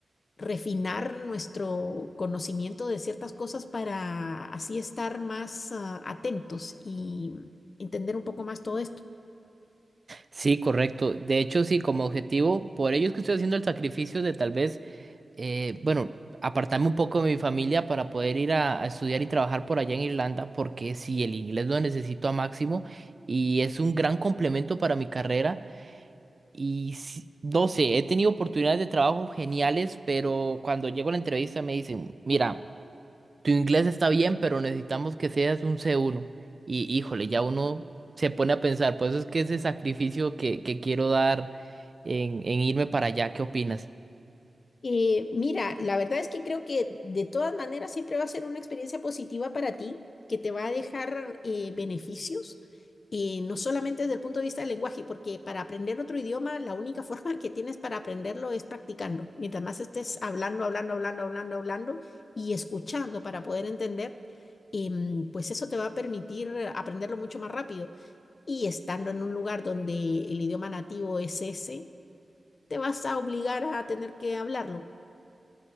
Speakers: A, on the left (about 55°); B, on the right (about 35°).
A: refinar nuestro conocimiento de ciertas cosas para así estar más ah, atentos y entender un poco más todo esto.
B: Sí, correcto. De hecho, sí, como objetivo, por ello es que estoy haciendo el sacrificio de tal vez, eh, bueno, apartarme un poco de mi familia para poder ir a, a estudiar y trabajar por allá en Irlanda, porque sí, el inglés lo necesito a máximo y es un gran complemento para mi carrera. Y sí, no sé, he tenido oportunidades de trabajo geniales, pero cuando llego a la entrevista me dicen, mira, tu inglés está bien, pero necesitamos que seas un C1. Y híjole, ya uno se pone a pensar, por eso es que ese sacrificio que, que quiero dar en, en irme para allá, ¿qué opinas?
A: Eh, mira, la verdad es que creo que de todas maneras siempre va a ser una experiencia positiva para ti, que te va a dejar eh, beneficios, eh, no solamente desde el punto de vista del lenguaje, porque para aprender otro idioma, la única <laughs> forma que tienes para aprenderlo es practicando. Mientras más estés hablando, hablando, hablando, hablando, hablando y escuchando para poder entender, em, pues eso te va a permitir eh, aprenderlo mucho más rápido. Y estando en un lugar donde el idioma nativo es ese, te vas a obligar a tener que hablarlo.